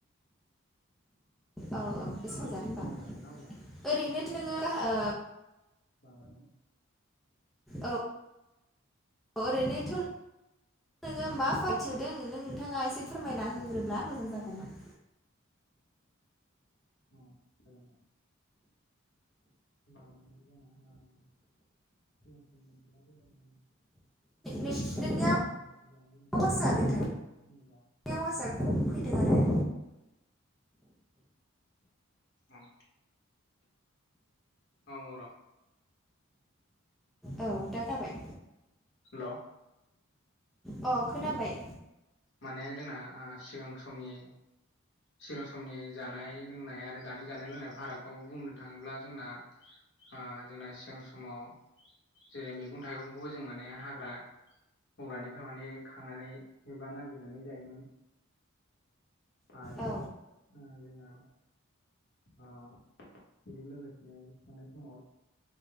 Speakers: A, in the centre; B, on the left.
A: औ औ बेसाजागोन होनबा
B: सम होनो हागोन ना अब्ला
A: ओरैनोथ' नोङो गाहा ओ
B: माबानि
A: औ ओरैनोथ' नोङो मा फारागथि नुदों नों नोंथाङा एसे फोरमायना होग्रोब्ला मोजां जागौमोन?
B: अह जागोनदे। दा माने जोंना ओ सिगां समनि एबा गोदोनि जानाय
A: नोंनिया
B: लोंनाय <inaudible> जानाय लोंनाय
A: आवाजआ नोंथांनि
B: फारागथि बुङोब्ला
A: आवाजआ
B: आरो
A: खम
B: दानि
A: फैदों आरो।
B: उम औ औ र'
A: औ दा जाबाय
B: हेल'
A: अ खोनाबाय।
B: माने जोंना सिगां समनि सिगां समनि जानाय लोंनाय आरो दानि जानाय लोंनाय फारागखौ बुंनो थाङोब्ला जोंना ओ जोंना सिगां समाव जे मैगं थाइगंखौ जों माने हाग्रा बंग्रानिफ्राय माने खांनानै एबा नागिरनानै जायोमोन। आरो
A: औ
B: जोंना ओ बेजों लोगोसेनो थांनाय समाव